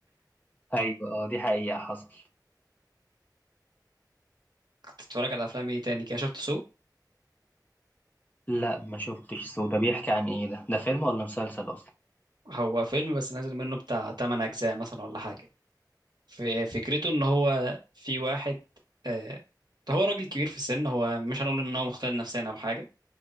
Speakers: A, on the left; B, on the right.
A: ايوه اه دي حقيقة حصل
B: كنت بتتفرج على افلام ايه تاني كده شفت سو
A: لا ما شفتش سو ده بيحكي عن ايه ده ده فيلم ولا مسلسل اصلا
B: هو فيلم بس نازل منه بتاع 8 اجزاء مثلا ولا حاجه في فكرته ان هو في واحد آه، هو راجل كبير في السن هو مش هنقول ان هو مختل نفسيا او حاجه